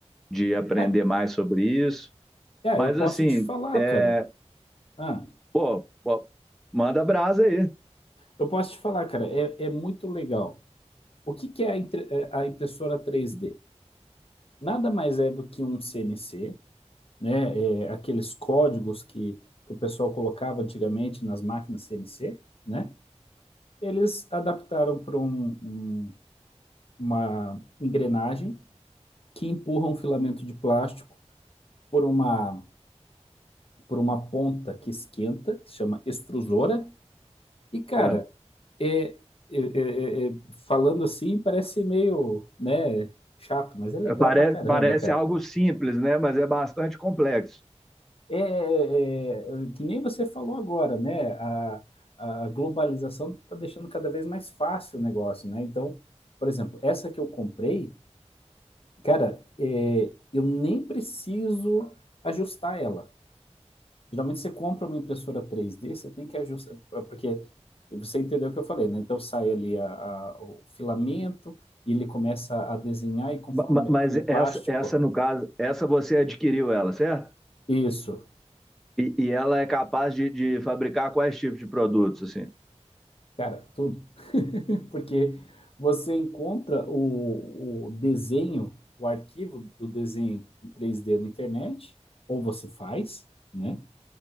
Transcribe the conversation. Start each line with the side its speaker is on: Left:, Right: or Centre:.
Centre: de aprender
Left: Ah,
Centre: mais sobre isso.
Left: é,
Centre: Mas
Left: eu posso
Centre: assim,
Left: te falar,
Centre: é,
Left: cara. Ah,
Centre: pô, pô, manda brasa aí.
Left: eu posso te falar, cara. É, é muito legal. O que que é a, entre- é a impressora três d nada mais é do que um CNC, né? É, aqueles códigos que, que o pessoal colocava antigamente nas máquinas CNC, né? Eles adaptaram para um, um- uma engrenagem que empurra um filamento de plástico por uma, por uma ponta que esquenta, que se chama extrusora. E, cara,
Centre: É,
Left: é, é- é- é- é- falando assim, parece meio, né, chato, mas é legal
Centre: Parece,
Left: pra caramba,
Centre: parece
Left: cara.
Centre: algo simples, né? Mas é bastante complexo.
Left: É, é, é, que nem você falou agora, né? A, a globalização está deixando cada vez mais fácil o negócio, né? Então, por exemplo, essa que eu comprei, cara, é, eu nem preciso ajustar ela. Geralmente você compra uma impressora 3D, você tem que ajustar, é, porque você entendeu o que eu falei, né? Então sai ali a- a- o filamento e ele começa a desenhar e conforme
Centre: ma- Mas
Left: aquele plástico.
Centre: essa, essa, no caso, essa você adquiriu ela, certo?
Left: Isso.
Centre: E, e ela é capaz de, de fabricar quais tipos de produtos, assim?
Left: Cara, tudo. <laughs> Porque você encontra o, o desenho, o arquivo do desenho em 3D na internet, ou você faz, né?